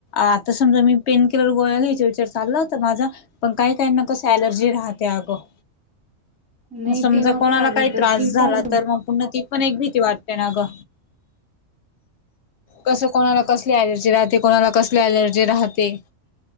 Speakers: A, on the left (about 65°); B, in the centre.
A: आता समजा मी पेन किलर गोळ्या घ्यायच्या विचार चालला तर माझा पण काही काही न कस अलर्जी राहते अगं
B: नाही
A: समजा
B: ते नको
A: कोणाला
B: अगं
A: काही
B: तर
A: त्रास
B: किटच
A: झाला
B: घेऊ
A: तर मग पुन्हा तीथ पण एक भीती वाटते ना ग कसं कोणाला कसली एलर्जी राहते कोणाला कसली अलर्जी राहते